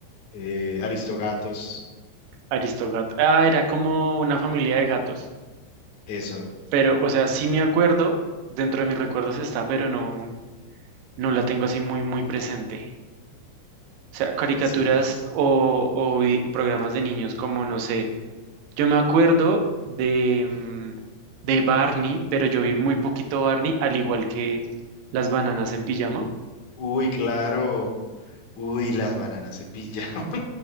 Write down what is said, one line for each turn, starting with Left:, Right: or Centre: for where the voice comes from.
Left: eh, Aristogatos,
Right: Aristogato. Ah, era como una familia de gatos.
Left: eso.
Right: Pero, o sea, sí me acuerdo, dentro de mis recuerdos está, pero no, no la tengo así muy, muy presente. O sea, caricaturas
Left: Sí, eso.
Right: o, o vi- o programas de niños como, no sé, yo me acuerdo de, mm, de Barney, pero yo vi muy poquito Barney, al igual que las bananas en pijama.
Left: Uy, claro. Uy, las bananas en pijama.